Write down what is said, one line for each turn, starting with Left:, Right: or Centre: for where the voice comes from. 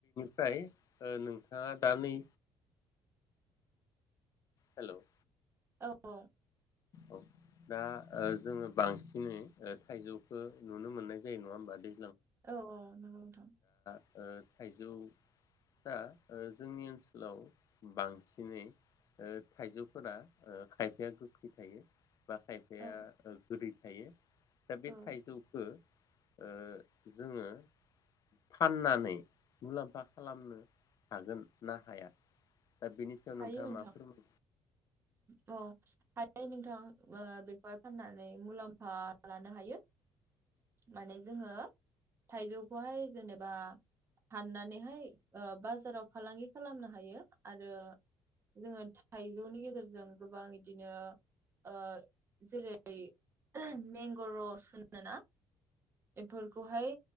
Left: फ्राय नोंथाङा दा नै हेल'
Right: औ औ
Left: औ दा जोङो बांसिनै थाइजौखौ नुनो मोननाय जायो नङा होमबा दै
Right: औ औ नोंगौ नोंथां।
Left: ओ थाइजौफ्रा जोंनि ओनसोलाव बांसिनै ओ थाइजौफोरा खायफाया गोखै थायो बा खायफाया
Right: औ
Left: ओ गोरिब थायो। दा बे
Right: औ
Left: थाइजौखौ ओ जोङो फाननानै मुलाम्फा खालामनो हागोन ना हाया? दा बेनि सायाव
Right: हायो
Left: नोंथाङा
Right: नोंथां
Left: मा फोरमाय
Right: अ हायो नोंथां ओ बेखौहाय फाननानै मुलाम्फा लानो हायो। माने जोङो थाइजौखौहाय जेनेबा हाननानैहाय ओ बाजाराव फालांगि खालामनो हायो। आरो जोङो थाइजौनि गेजेरजों गोबां इदिनो ओ जेरै मंग' रस होनोना बेफोरखौहाय